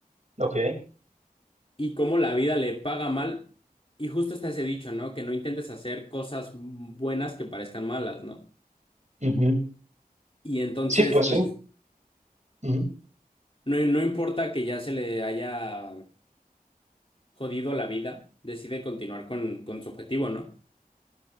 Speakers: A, on the right (about 50°); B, on the left (about 35°).
A: Ok.
B: y cómo la vida le paga mal. Y justo está ese dicho, ¿no? Que no intentes hacer cosas buenas que parezcan malas, ¿no?
A: Ujú.
B: Y entonces,
A: Sí, pues
B: pues,
A: sí. Ujú.
B: no, no importa que ya se le haya jodido la vida, decide continuar con, con su objetivo, ¿no?